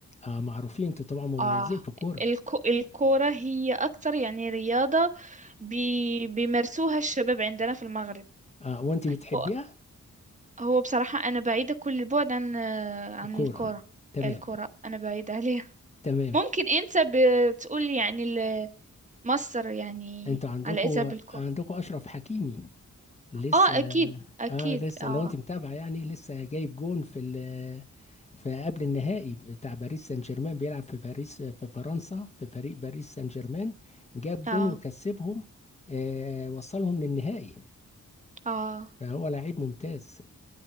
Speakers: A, on the left; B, on the right.
A: آه معروفين انتوا طبعا مميزين
B: اه
A: في الكورة
B: الكو الكورة هي أكتر يعني رياضة بي بيمارسوها الشباب عندنا في المغرب
A: آه وانت بتحبيها
B: هو هو بصراحة أنا بعيدة كل البعد عن آه، عن
A: الكورة
B: الكورة
A: تمام
B: الكورة أنا بعيدة عليها
A: تمام
B: ممكن أنت بتقول يعني ال- مصر يعني
A: انتوا عندكم
B: علاقتها بالكورة
A: عندكم اشرف حكيمي لسه
B: اه اكيد اكيد
A: اه لسه
B: اه
A: لو انت متابع يعني لسه جايب جون في ال في قبل النهائي بتاع باريس سان جيرمان بيلعب في باريس في فرنسا في فريق باريس سان جيرمان جاب جون
B: اه
A: وكسبهم آه وصلهم للنهائي
B: اه,
A: فهو لعيب ممتاز